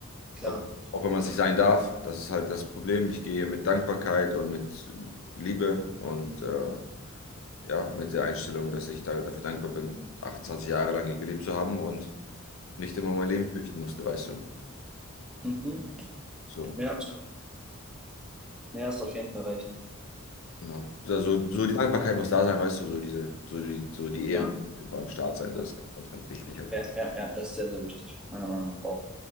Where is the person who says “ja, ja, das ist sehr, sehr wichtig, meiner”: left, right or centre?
Centre